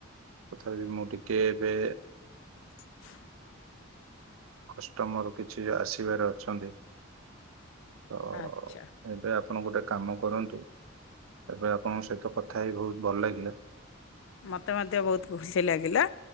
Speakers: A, on the right; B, on the left.
A: ତଥାପି ମୁଁ ଟିକେ ଏବେ
B: <inaudible>
A: କଷ୍ଟମର କିଛି ଆସିବାର ଅଛନ୍ତି। ଓ
B: ଆଚ୍ଛା
A: ଏବେ ଆପଣ ଗୋଟେ କାମ କରନ୍ତୁ ତାପ ରେ ଆପଣଙ୍କ ସହିତ କଥା ହେ ବହୁତ ଭଲ ଲାଗିଲା
B: ମତେ ମଧ୍ୟ ବହୁତ ଖୁସି ଲାଗିଲା